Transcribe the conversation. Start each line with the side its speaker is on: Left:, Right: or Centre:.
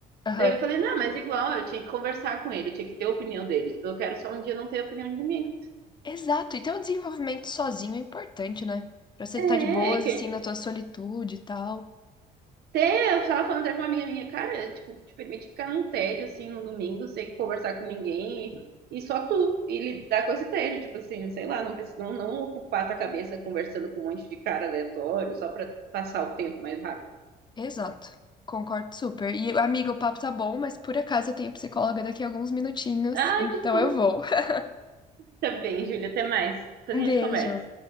Left: Aham.
Right: Daí eu falei, não, mas igual, eu tinha que conversar com ele. Eu tinha que ter a opinião dele. Tipo, eu quero só um dia não ter a opinião de ninguém.
Left: Exato. E ter um desenvolvimento sozinho é importante, né? Pra você
Right: É,
Left: estar de boas,
Right: é que
Left: assim, na tua solitude e tal.
Right: Até eu tava falando até com uma amiga minha, cara, tipo, te permite ficar num tédio assim no domingo, sem conversar com ninguém e, e só tu, e lidar com esse tédio, tipo assim, sei lá, não precisa não, não ocupar tua cabeça conversando com um monte de cara aleatório só pra passar o tempo mais rápido.
Left: Exato. Concordo super. E, amiga, o papo tá bom, mas por acaso eu tenho psicóloga daqui a alguns minutinhos,
Right: Ah,
Left: então
Right: que bom.
Left: eu vou. <laughs>
Right: Tá bem, Júlia, até mais. Depois
Left: Um
Right: a gente
Left: beijo.
Right: conversa.